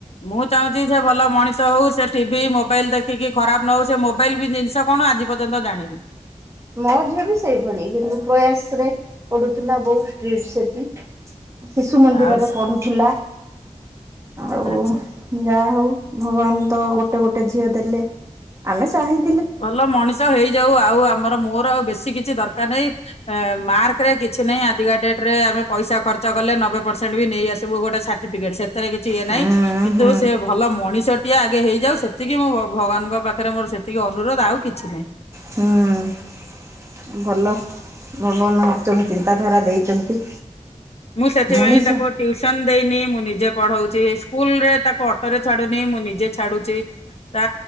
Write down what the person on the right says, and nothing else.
ମୋ ଝିଅ ବି ସେଇଭଳି ବିନ୍ଦୁ ପ୍ରୟାସରେ ପଢ଼ୁଥିଲା ବହୁତ ଷ୍ଟ୍ରୀଟ୍ ସେଠି। ଶିଶୁ ମନ୍ଦିରରେ
ପଢୁଥିଲା, ଆଉ
ଯା ହଉ ଭଗବାନ ତ ଗୋଟେ ଗୋଟେ ଝିଅ ଦେଲେ। ଆମେ ଚାହିଁ
ହୁଁ
ହୁଁ
ହୁଁ ଭଲ ଭଲ ନା ଉଚ୍ଚମ୍ ଚିନ୍ତାଧାରା ଦେଇଛନ୍ତି।
ମଣିଷ